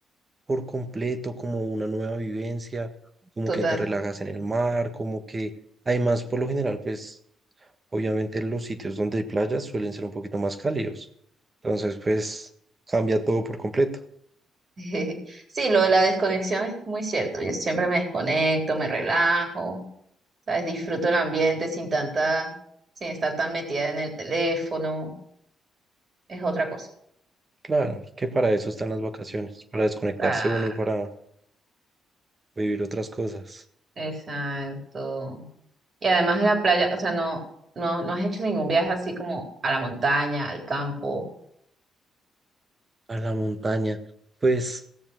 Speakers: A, on the right; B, on the right.
A: por completo, como una nueva vivencia, como
B: Total.
A: que te relajas en el mar, como que además por lo general, pues obviamente los sitios donde hay playas suelen ser un poquito más cálidos, entonces pues cambia todo por completo.
B: <laughs> Sí, lo de la desconexión es muy cierto. Yo siempre me desconecto, me relajo, ¿sabes? Disfruto el ambiente sin tanta, sin estar tan metida en el teléfono. Es otra cosa.
A: Claro, que para eso están las vacaciones, para desconectarse
B: Claro,
A: uno y para vivir otras cosas.
B: exacto. Y además de la playa, o sea, no, no, no has hecho ningún viaje así como a la montaña, al campo.
A: A la montaña, pues...